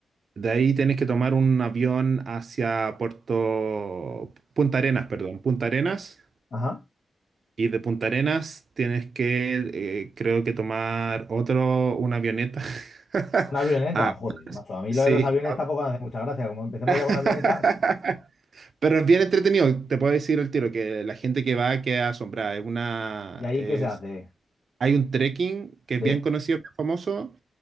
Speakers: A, on the right (about 50°); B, on the left (about 55°).
A: De ahí tenés que tomar un avión hacia Puerto Punta Arenas, perdón, Punta Arenas.
B: Ajá.
A: Y de Punta Arenas tienes que, eh, creo que tomar otro, una avioneta. <laughs>
B: Una avioneta,
A: Ah,
B: joder, macho. A mí
A: sí.
B: lo de los aviones tampoco me hace mucha gracia. Como empecemos
A: <laughs>
B: ya con avionetas,
A: Pero es bien entretenido, te puedo decir el tiro, que la gente que va queda asombrada. Es una,
B: ¿y ahí
A: es-
B: qué se hace?
A: hay un trekking que es
B: ¿Sí?
A: bien conocido, bien famoso,